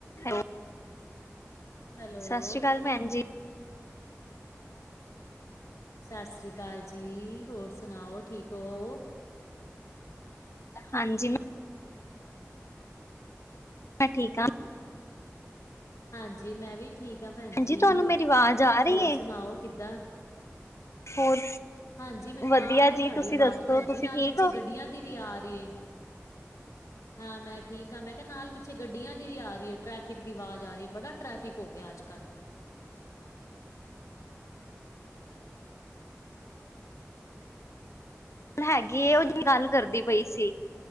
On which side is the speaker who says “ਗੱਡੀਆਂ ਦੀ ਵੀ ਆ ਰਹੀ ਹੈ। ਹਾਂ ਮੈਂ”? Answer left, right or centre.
Left